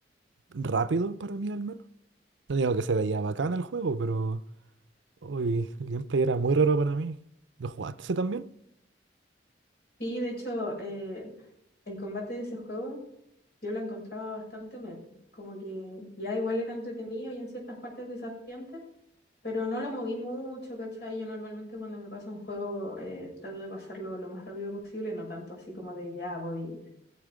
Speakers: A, on the right; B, on the left.
A: rápido para mí al menos. No digo que se veía bacán el juego, pero uy, el gameplay era muy raro para mí. ¿Lo jugaste ese también?
B: Sí, de hecho, eh, el combate de ese juego. Yo lo encontraba bastante mepo, como que ya igual era entretenido y en ciertas partes desafiante, pero no lo moví mucho, ¿cachai? Yo normalmente cuando me paso un juego eh, trato de pasarlo lo más rápido posible, no tanto así como de ya voy,